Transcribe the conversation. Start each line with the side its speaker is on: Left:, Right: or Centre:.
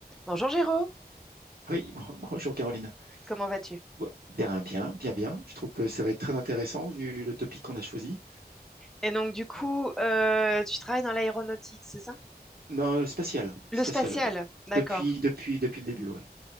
Centre: Bonjour Géraud,
Right: Oui, <laughs> bon- bonjour Caroline.
Centre: comment vas-tu?
Right: Bon, Bien, bien, bien, bien. Je trouve que ça va être très intéressant vu le topic qu'on a choisi.
Centre: Et donc du coup, euh, tu travailles dans l'aéronautique, c'est ça?
Right: Non, le spatial,
Centre: Le
Right: spatial.
Centre: spatial,
Right: Euh,
Centre: d'accord.
Right: Depuis, depuis, depuis le début, oui.